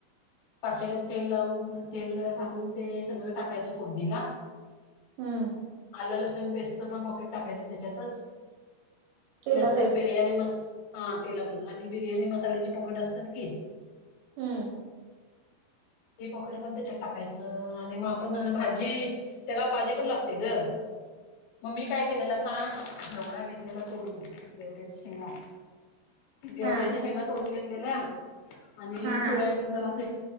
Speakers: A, on the left; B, on the right.
A: पातेला तेल लावून तेल घालून ते सगळं टाकायचं. पूर्णिला.
B: हम्म!
A: आलं लसूण पेस्टच पण पॉकेट टाकायचं त्याच्यातच.
B: तेलातच
A: नसते बिर्याणी मस हा तेलातच आणि बिर्याणी मसाल्याची पकड असतात की.
B: हम्म!
A: तेी पकड पण त्याच्यात टाकायचं आणि मग आपण भाजी त्याला भाजी पण लागते ग. मम्मी काय केलेला सांग घेवडा घेतलेला तोडून घेवड्याच्या शेंगा एवढ्याच्या
B: हा
A: शेंगा तोडून घेतलेल्या आणि
B: हा
A: सोयाबीन
B: हा
A: जर असे